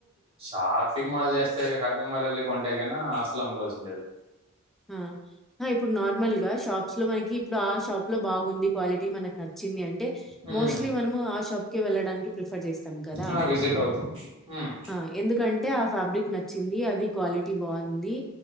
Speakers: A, on the right; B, in the centre.
A: shopping mall చేస్తే షాపింగ్ మాల్ వెళ్ళి కొంటాయి కన అస్తులు అమ్ముకోవాల్సిండేది
B: అ హ ఇప్పుడు న నార్మల్ గా షాప్స్ లో మనకి ఇప్పుడు ఆ షాప్ లో బాగుంది క్వాలిటీ మన నచ్చింది అంటే
A: హ్మ్.
B: మోస్ట్లీ మనము ఆ షాప్క వెళ్ళడానికి ప్రిఫర్ చేస్తాం కదా
A: ఆ! విజిట్ అవుతాం హ్మ్.
B: అ ఎందుకంటే ఆ ఫ్యాబ్రిక్ నచ్చింది అది క్వాలిటీ బాగుంది